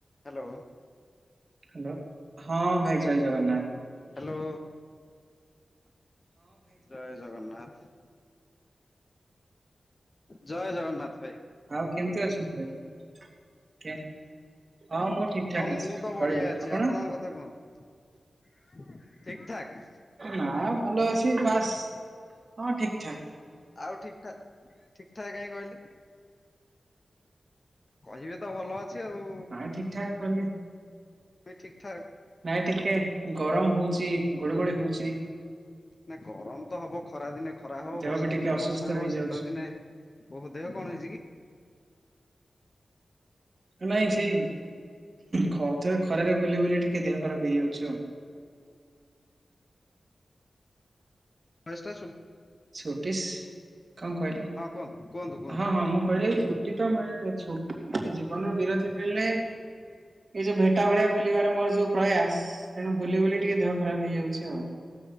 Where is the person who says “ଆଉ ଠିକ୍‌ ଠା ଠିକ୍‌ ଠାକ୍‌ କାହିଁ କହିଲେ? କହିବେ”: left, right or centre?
Left